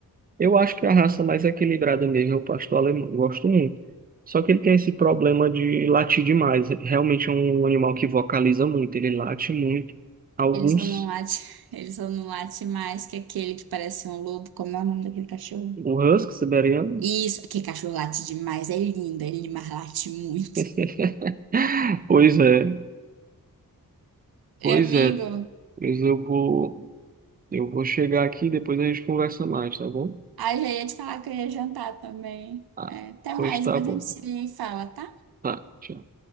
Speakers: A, on the right; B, on the right.
A: Eu acho que a raça mais equilibrada mesmo é o pastor alemão, eu gosto muito. Só que ele tem esse problema de latir demais. Realmente é um animal que vocaliza muito, ele late muito. Alguns,
B: Ele só não late, <laughs> ele só não late mais que aquele que parece um lobo. Como é o nome daquele cachorro?
A: o husky siberiano,
B: Isso, que cachorro late demais, é lindo, ele mas late muito.
A: <laughs>
B: <laughs>
A: Pois é.
B: E,
A: Pois
B: amigo,
A: é, pois eu vou, eu vou chegar aqui e depois a gente conversa mais, tá bom?
B: ah, já ia te falar que eu ia jantar também.
A: Ah,
B: É, até
A: pois
B: mais,
A: tá
B: depois
A: bom.
B: a gente se fala, tá?
A: Tá, tchau.